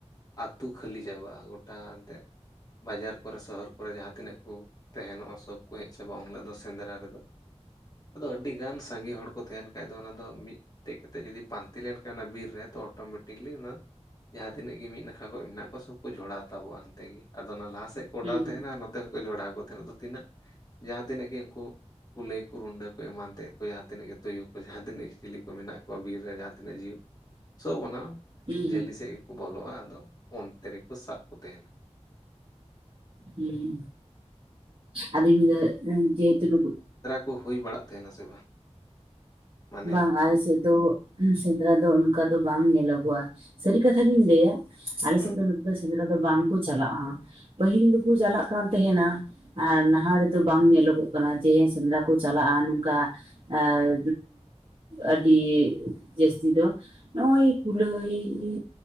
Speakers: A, on the left; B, on the right.
A: ᱟᱛᱩ ᱠᱷᱟᱹᱞᱤ ᱪᱟᱵᱟᱜ-ᱟ ᱜᱚᱴᱟ ᱮᱱᱛᱮᱫ ᱵᱟᱡᱟᱨ ᱠᱚᱨᱮ ᱥᱚᱦᱚᱨ ᱠᱚᱨᱮ ᱠᱚᱨᱮ ᱡᱟᱦᱟᱸ ᱛᱤᱱᱟᱹᱜ ᱠᱚ ᱛᱟᱦᱮᱱᱚᱜ-ᱟ ᱥᱚᱵ ᱠᱚ ᱦᱮᱡ ᱪᱟᱵᱟ-ᱟ ᱩᱱᱟᱜ ᱫᱚ ᱥᱮᱸᱫᱽᱨᱟ ᱨᱮᱫᱚ ᱟᱫᱚ ᱟᱹᱰᱤ ᱜᱟᱱ ᱥᱟᱸᱜᱮ ᱦᱚᱲ ᱠᱚ ᱛᱟᱦᱮᱱ ᱠᱷᱡ ᱫᱚ ᱚᱱᱟ ᱫᱚ ᱢᱤᱫ ᱢᱤᱫᱴᱮᱡ ᱠᱟᱛᱮ ᱡᱩᱫᱤ ᱯᱟᱱᱛᱤ ᱞᱮᱱᱠᱷᱟᱱ ᱚᱱᱟ ᱵᱤᱨ ᱨᱮ ᱛᱚ ᱚᱴᱳᱢᱮᱴᱤᱠᱞᱤ ᱚᱱᱟ ᱡᱟᱦᱟᱸ ᱛᱤᱱᱟᱹᱜ ᱜᱮ ᱢᱤᱫ ᱱᱟᱠᱷᱟ ᱠᱚ ᱢᱮᱱᱟᱜ ᱠᱚ ᱥᱚᱵ ᱠᱚ ᱡᱷᱚᱲᱟᱣ ᱛᱟᱵᱚ-ᱟ ᱦᱟᱱᱛᱮ ᱜᱮ ᱟᱫᱚ ᱚᱱᱟ ᱞᱟᱦᱟ ᱥᱮᱫ ᱠᱚ
B: ᱦᱩᱸ
A: ᱚᱰᱟᱣ ᱛᱟᱦᱮᱱᱟ
B: ᱦᱩᱸ
A: ᱱᱚᱛᱮ ᱠᱷᱚᱡ ᱡᱷᱚᱲᱟᱣ ᱠᱚ ᱛᱟᱦᱮᱸᱱᱟ ᱟᱫᱚ ᱛᱤᱱᱟᱹᱜ ᱡᱟᱦᱟᱸ ᱛᱤᱱᱟᱹᱜ ᱜᱮ ᱩᱱᱠᱩ ᱠᱩᱞᱟᱹᱭ ᱠᱚ ᱨᱩᱸᱰᱟᱹ ᱠᱚ ᱮᱢᱟᱱ ᱛᱮᱫ ᱠᱚ ᱡᱟᱦᱟᱸ ᱛᱤᱱᱟᱹᱜ ᱜᱮ ᱛᱩᱭᱩ ᱠᱚ ᱡᱟᱦᱟᱸ ᱛᱤᱱᱟᱹᱜ ᱜᱮ ᱪᱤᱞᱤ ᱠᱚ ᱢᱮᱱᱟᱜ ᱠᱚᱣᱟ ᱵᱤᱨ ᱨᱮ ᱡᱟᱦᱟᱸ ᱛᱤᱱᱟᱹᱜ ᱡᱤᱣᱤ ᱥᱚᱵ ᱚᱱᱟ
B: ᱦᱩᱸ
A: ᱡᱷᱟᱹᱞᱤ
B: ᱦᱩᱸ
A: ᱥᱮᱫ ᱜᱮᱠᱚ ᱵᱚᱞᱚᱜ-ᱟ, ᱟᱫᱚ ᱚᱱᱛᱮ ᱨᱮᱠᱚ ᱥᱟᱵ ᱠᱚ ᱛᱟᱦᱮᱱᱟ᱾
B: ᱦᱩᱸ ᱟᱫᱚᱧ ᱢᱮᱱᱫᱟ ᱡᱮᱦᱮᱛᱩ ᱱᱩᱠᱩ
A: ᱠᱩ ᱦᱩᱭ ᱵᱟᱲᱟᱜ ᱛᱟᱦᱮᱱᱟ ᱥᱮ ᱵᱟᱝ? ᱢᱟᱱᱮ
B: ᱵᱟᱝ ᱟᱞᱮ ᱥᱮᱫ ᱫᱚ ᱥᱮᱸᱫᱽᱨᱟ ᱫᱚ ᱚᱱᱠᱟ ᱫᱚ ᱵᱟᱝ ᱧᱮᱞᱚᱜᱚᱜᱼᱟ, ᱥᱟᱹᱨᱤ ᱠᱟᱛᱷᱟ ᱜᱤᱧ ᱞᱟᱹᱭᱟ, ᱟᱞᱮ
A: ᱦᱩᱸ
B: ᱥᱮᱫ ᱫᱚ ᱱᱟᱛᱮ ᱫᱚ ᱥᱮᱸᱫᱽᱨᱟ ᱫᱚ ᱵᱟᱝᱠᱚ ᱪᱟᱞᱟᱜ-ᱟ, ᱯᱟᱹᱦᱤᱞ ᱫᱚᱠᱚ ᱪᱟᱞᱟᱜ ᱠᱟᱱ ᱛᱟᱦᱮᱱᱟ᱾ ᱟᱨ ᱱᱟᱦᱟᱜ ᱨᱮᱫᱚ ᱵᱟᱝ ᱧᱮᱞᱚᱜᱚᱜ ᱠᱟᱱᱟ ᱡᱮ ᱦᱮᱸ ᱥᱮᱸᱫᱽᱨᱟ ᱠᱚ ᱪᱟᱞᱟᱜ-ᱟ, ᱱᱚᱝᱠᱟ ᱟᱨ ᱟᱹᱰᱤ ᱡᱟᱹᱥᱛᱤ ᱫᱚ ᱱᱚᱜ-ᱚᱭ ᱠᱩᱞᱟᱹᱭ ᱤᱧ